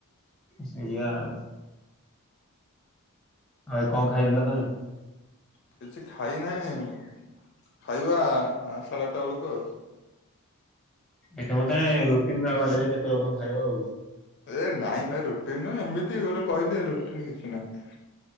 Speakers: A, in the centre; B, on the left.
A: ସେଇଆା ଆଉ। ଆଉ ଭାଇ କଁ ଖାଇଥିଲ ତମେ।
B: କିଛି ଖାଇ ନାହିଁ ଖାଇବା ସାଢ଼େ ଆଟଟା ଅଳୁକୁ ଆଉ।
A: ଏ ତମର ତାନେ ରୁଟିନ୍ ପୁରା କରିଦେଇଚ କେତୋଳେ କଣ ଖାଇବ ଆଉ।
B: ଏ ନାଇଁ ଭାଇ ରୁଟିନ୍ ନୁହେଁ ଏମିତି ଗୋଟେ କହିଲି ରୁଟିନ୍ କିଛି ନାହିଁ।